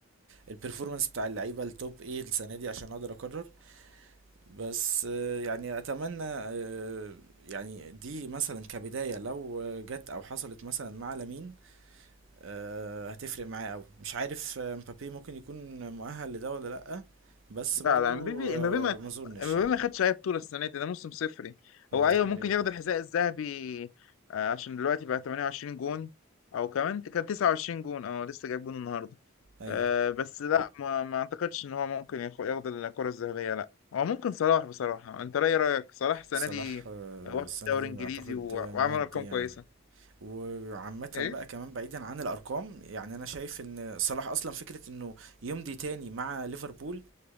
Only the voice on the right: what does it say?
البرفورمانس بتاع اللعيبه التوب ايه السنه دي عشان اقدر اقرر بس آه، يعني اتمنى آه، يعني دي مثلا كبدايه لو آه، جت او حصلت مثلا مع لامين آه، هتفرق معاه قوي مش عارف آه، مبابي ممكن يكون مؤهل لده ولا لا بس
برضو
آه،
ما اظنش
يعني
دي حقيقة
ايوه
صلاح
آه،
السنة
دي
أعتقد
آه، مودي
يعني
وعامة
بقى كمان بعيدا عن الأرقام يعني أنا شايف إن صلاح أصلا فكرة إنه يمضي تاني مع ليفربول